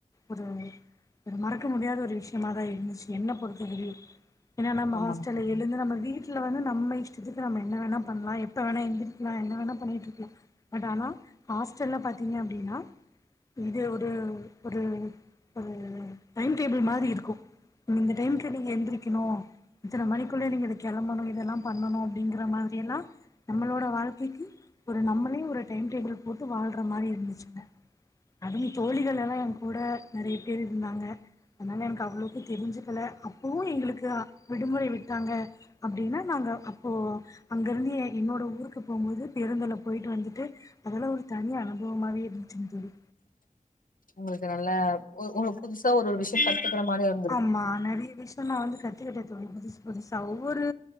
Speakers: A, on the left (about 25°); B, on the left (about 75°).
A: ஒரு ஒரு மறக்க முடியாத ஒரு விஷ்யமாதா இருந்துச்சு என்ன பொறுத்த வரைக்கு ஏன்னா நம்ம
B: ஆமாங்க
A: ஹாஸ்டல்ல
B: தோழி
A: எழுந்து நம்ம வீட் வீட்ல வந்து நம்ம இஷ்டத்துக்கு நம்ம என்ன வேணா பண்லா எப்ப வேணா எழுதிரிக்கலா என்ன வேணா பண்ணிட்டுருக்கலா பட் ஆனா ஹாஸ்டல்ல பாத்தீங்க அப்டின்னா இது ஒரு ஒரு ஒரு டைம்டேபிள் மாரி இருக்கு இந்த டைம்கு நீங்க எந்திரிக்கணு இத்தனைமணிக்குள்ளயே நீங்க இத கெளம்பணு இதெல்லா பண்ணணு அப்டிங்கிற மாதிரியெல்லா நம்மளோடய வாழ்க்கைக்கி ஒரு நம்மளே ஒரு டைம் டேபிள் போட்டு வாழ்ற மாரி இருந்துச்சுங்க அதுவு தோழிகள்லலா எங்கூட நறைய பேர் இருந்தாங்க அதனால எனக்கு அவ்ளவுக்கு தெரிஞ்சுக்கல அப்பவு எங்களுக்கு விடுமுறை விட்டாங்க அப்டின்னா நாங்க அப்போ அங்கருந்து எ என்னோட ஊருக்கு போகும்போது பேருந்தல போயிட்டு வந்துட்டு அதெல்லா ஒரு தனி அனுபவமாவே இருந்துச்சிங்க தோழி
B: உங்களுக்கு நல்ல ஒரு ஒரு புதுசா ஒருவோரு விஷாயோ கத்துக்கிற மாரி ஒரு
A: ஆமா நறைய விஷ்யோ நா வந்து கத்துக்கிட்ட தோழி புதுசு புதுசா ஒவ்வொரு